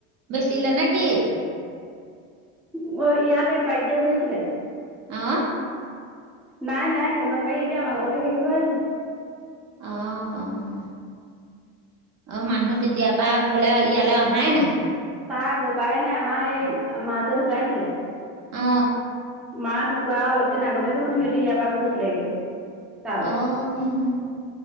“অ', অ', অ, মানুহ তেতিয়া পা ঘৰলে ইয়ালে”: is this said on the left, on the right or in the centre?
Right